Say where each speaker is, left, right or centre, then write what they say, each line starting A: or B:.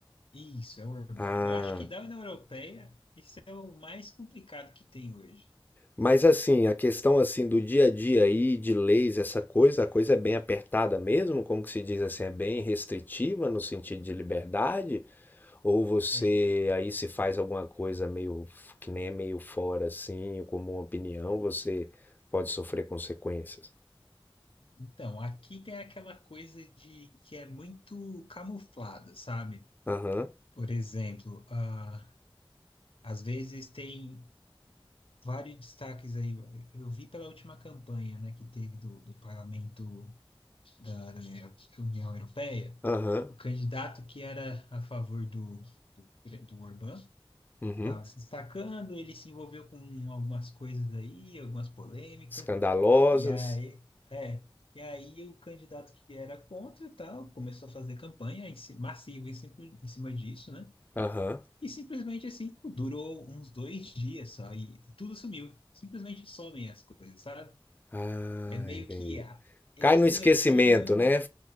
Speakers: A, on the left (about 75°); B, on the left (about 20°).
A: Isso, é o Urban.
B: Ah.
A: Eu acho que da União Europeia, esse é o mais complicado que tem hoje.
B: Mas assim, a questão assim do dia a dia aí, de leis, essa coisa, a coisa é bem apertada mesmo, como que se diz assim, é bem restritiva no sentido de liberdade? Ou você
A: É.
B: aí se faz alguma coisa meio que nem é meio fora assim, ou como uma opinião, você pode sofrer consequências.
A: Então, aqui tem aquela coisa de que é muito camuflada, sabe?
B: Aham,
A: Por exemplo, ah, às vezes tem vários destaques aí. Eu vi pela última campanha, né, que teve do, do parlamento da, da União União Europeia,
B: aham,
A: o candidato que era a favor do, do, do Orbán
B: uhum.
A: estava se destacando, ele se envolveu com algumas coisas aí, algumas polêmicas,
B: Escandalosas.
A: e aí, é, e aí o candidato que era contra e tal começou a fazer campanha em ci- massiva em, cima- em cima disso, né?
B: Aham.
A: E simplesmente assim, durou uns dois dias só, e, e tudo sumiu. Simplesmente somem as coisas, sabe?
B: Ah,
A: É meio
B: entendi.
A: que ah, eles
B: Cai no
A: silenciam,
B: esquecimento, né?